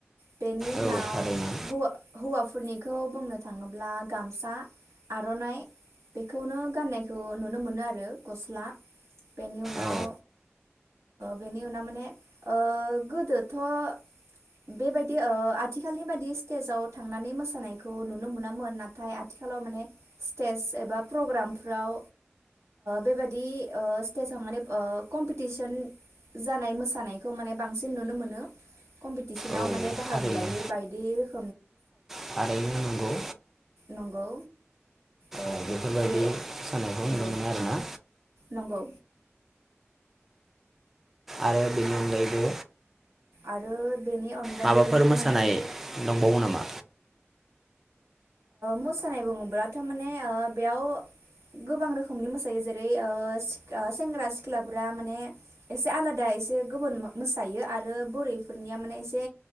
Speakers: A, on the right; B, in the centre.
A: बेनि उनाव
B: औ थारैनो
A: हौवाफोरनिखौ बुंनो थाङोब्ला गामसा आरनाइ बेखौनो गाननायखौ नुनो मोनो आरो गस्ला बेनि उनाव
B: औ
A: बेनि उनाव माने गोदोथबेबायदि आथिखालनि बाददि स्टेजाव थांनानै मोसानायखौ नुनो मोनामोन नाथाय आथिखालाव माने स्टेज एबा प्रग्रामफ्राव बेबायाददि स्टेजाव माने कम्पिटिसन जानाय मोसानायखौ माने बांसिन नुनो मोनो कम्पिटिसनाव
B: औ
A: माने बाहागो
B: थारैनो
A: लायो बायदि <unintelligible>
B: थारैनो नंगौ।
A: नंगौ ओ
B: औ
A: बे
B: बेफोरबायादि
A: बे
B: सानानायखौ
A: नंगौ
B: नुनो मोनो आरोना।
A: नंगौ
B: आरो बिनि अनगायैबो
A: आरो बेनि अनगायैबो
B: माबाफोर मोसानाय
A: माने
B: दंबावो नामा?
A: मोसानाय बुङोब्लाथ माने बेयाव गोबां रोखोमनि मोसायो जेरै सेंग्रा सिख्लाफ्रा माने एसे आलादा एसे गुबुन मोसायो आरो बोरैफोरनिया माने एसे